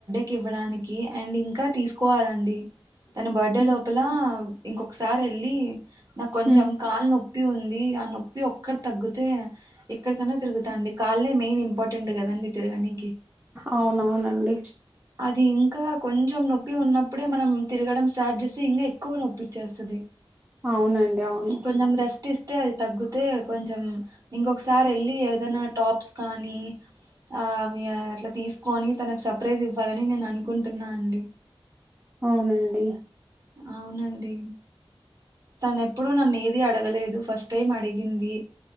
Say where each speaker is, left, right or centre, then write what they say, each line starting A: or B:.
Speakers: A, on the right; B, on the right.
A: కివ్వడానికి అండ్ ఇంకా తీసుకోవాలండి తన బర్త్డే
B: ఉమ్
A: లోపల ఇంకొకసారి ఎళ్ళి నా కొంచెం
B: ఉమ్
A: కాల్ నొ నొప్పి ఉంది ఆ నొప్పి ఒక్కటి తగ్గితే ఎక్కడికన్నా తిరుగుతా అండి కాళ్ళే మెయిన్ ఇంపార్టెంట్ కదండి తిరగని
B: అవునవును అండి
A: అది ఇంకా కొంచెం నొప్పి ఉన్నప్పుడే మనం తిరగడం స్టార్ట్ చేస్తే ఇంకా ఎక్కువ నొప్పిచ్చేస్తది
B: అవునండి అవును
A: కొంచెం రెస్ట్ ఇస్తే అది తగ్గితే కొంచెం ఇంకొకసారి వెళ్ళి ఏదైనా టాప్స్ కానీ ఆ అవి అట్లా తీసుకు కొని తనకు సర్ప్రైజ్ ఇవ్వాలని నేను అనుకుంటున్నా అండి
B: అవునండి
A: అవునండి తన ఎప్పుడుూ నన్ను ఏదిీ అడగలేదు ఫస్ట్ టైం అడిగింది